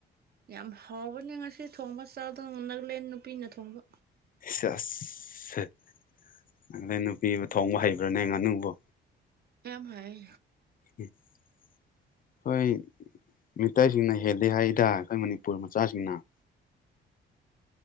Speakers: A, on the right (about 50°); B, on the left (about 45°).
A: ꯌꯥꯝ ꯍꯥꯎꯕꯅꯤ ꯉꯁꯤ ꯊꯣꯡꯕ ꯆꯥꯗ ꯅꯂꯦꯟ ꯅꯨꯄꯤꯅ ꯊꯣꯡꯕ
B: ꯁ‌ꯦꯁ ꯁꯥ <unintelligible> ꯅ‌ꯪꯅ ꯅꯨꯄꯤꯕꯨ ꯊꯣꯡꯕ ꯍꯩꯕ꯭ꯔꯥꯅꯦ ꯉꯥꯅꯨꯕꯨ
A: ꯀꯔꯝꯍꯥꯏ
B: <unintelligible> ꯈ‌ꯣꯏ ꯃꯤꯇꯩꯁꯤꯡꯅ ꯍꯦꯜꯂꯤ ꯍꯥꯏꯗ ꯑꯩꯈꯣꯏ ꯃꯅꯤꯄꯨꯔ ꯃꯆꯥꯁꯤꯡꯅ